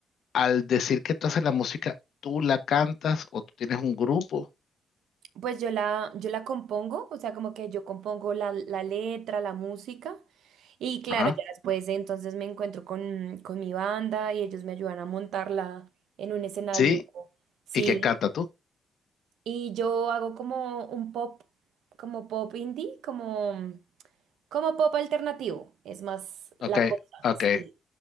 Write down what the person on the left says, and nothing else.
al decir que tú haces la música, tú la cantas o tú tienes un grupo.
Ajá.
Sí,
¿y quién canta tú?
Ok,
ok,